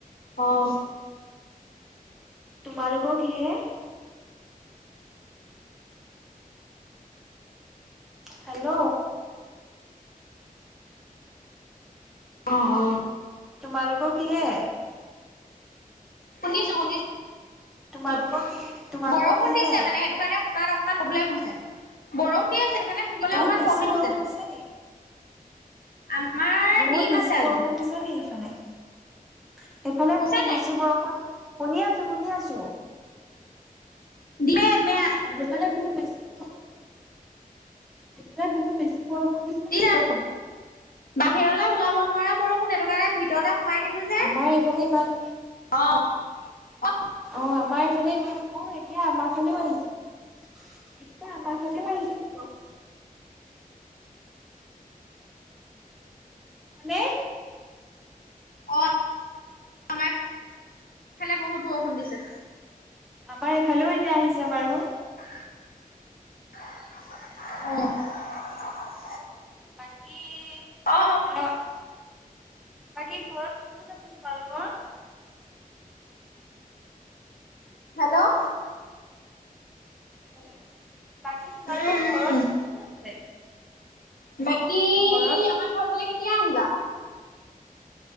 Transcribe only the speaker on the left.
অ।
অঁ অঁ।
শুনিছো শুনিছো,
বৰষুণ
দিছে মানে সেইটো কাৰণে শুনাত অকমান প্ৰব্লেম হৈছে, বৰষুণ দি আছে সেইটো কাৰণে শুনিবলে
অকমান
প্ৰব্লেম
হৈছে।
আমাৰ
ডিম
আছে আজি
শুনিছা
নাই
দিয়ে মে
<unintelligible>
বাহিৰলে ওলাব নোৱাৰা বৰষুণ সেইটো কাৰণে ভিতৰলে সোমাই দিলো
আহ অ
অ আমাৰ ফালে বহুত বৰষুণ দিছে।
<unintelligible>
অ।
হেল্ল'
উম
উম
বাকী
আমাৰ
ঘৰ ফালে
কেতিয়া আহিবা